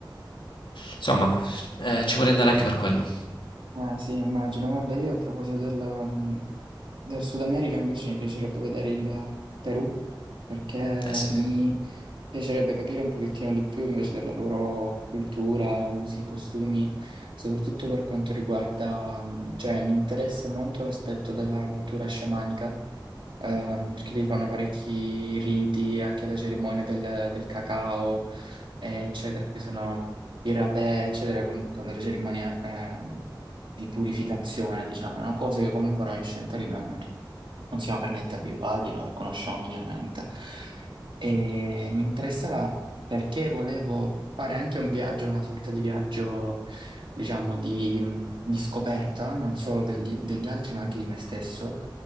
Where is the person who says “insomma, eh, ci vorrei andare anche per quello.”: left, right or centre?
Left